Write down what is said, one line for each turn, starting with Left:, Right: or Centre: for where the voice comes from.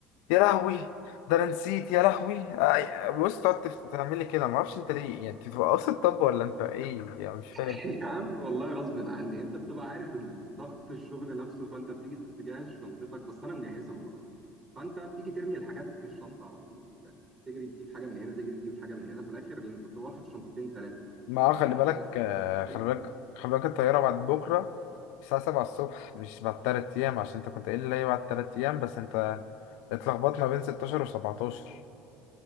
Left: يا لهوي ده انا نسيت يا لهوي آه، بص تقعد تف- تعمل لي كده ما اعرفش انت ليه يعني انت بتبقى قاصد طب ولا انت ايه يعني مش فاهم
Right: <laughs> يا عم والله غصب عني انت بتبقى عارف ضغط الشغل نفسه فانت بتيجي تجهز شنطتك بس انا مجهزها المره دي فانت بتيجي ترمي الحاجات في الشنطه على طول تجري تجيب حاجه من هنا تجري تجيب حاجه من هنا في الاخر انت بتبقى واخد شنطتين ثلاثه
Left: ما هو خلي
Right: فلازم
Left: بالك آه،
Right: كل-
Left: خلي بالك خلي بالك الطيارة بعد بكرة الساعة سبعة الصبح مش بعد تلات أيام عشان أنت كنت قايل لي هي بعد تلات أيام بس أنت اتلخبطت ما بين ستاشر وسبعتاشر